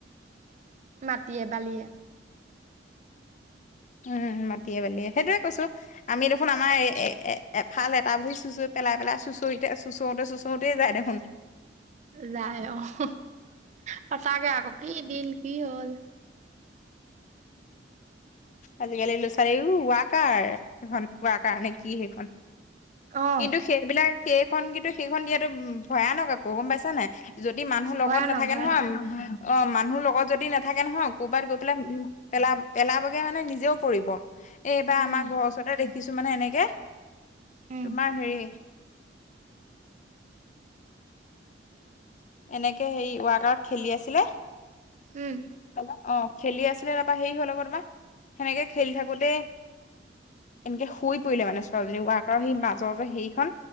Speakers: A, on the right; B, on the left.
A: মাটিয়ে-বালিয়ে।
B: উম, মাটিয়ে-বালিয়ে, সেইটোৱে কৈছোঁ, আমি দেখোন আমাৰ এ-এ-এফাল এটা ভৰি চোঁচ পেলাই পেলাই, চোঁচৰিতে-চোঁচওঁতে চোঁচোওঁতেই যায় দেখোন
A: যায় অ', সঁচাকে আকৌ, কি দিন কি হ'ল।
B: আজিকালি ল'ৰা-ছোৱালী উ ৱাকাৰ সেইখন। ৱাকাৰ নে কি সেইখন,
A: অ
B: কিন্তু সেইবিলাক সেইখন কিন্তু সেইখন দিয়াতো ভয়ানক আকৌ, গম পাইছানে নাই? যদি মানুহ লগত
A: ভয়ানক
B: নাথাকে
A: ভয়ানক
B: নহয়, অ' মানুহ লগত যদি নাথা থাকে নহয়, ক'ৰবাত গৈ পেলাই উম পেলা-পেলাবগে মানে নিজেও পৰিব। এইবাৰ
A: উম
B: আমাৰ ঘৰৰ ওচৰতে দেখিছোঁ মানে এনেকে
A: উম
B: তোমাৰ হেৰি এনেকে হেৰি, ৱাকাৰত খেলি আছিলে
A: উম।
B: অ', খেলি আছিলে তাৰপৰা হেৰি হ'ল আকৌ তোমাৰ, সেনেকে খেলি থাকোঁতেই এনেকে সৰি পৰিলে মানে ছোৱালীজনী, ৱাকাৰৰ সেই মাজৰ যে হেৰিখন।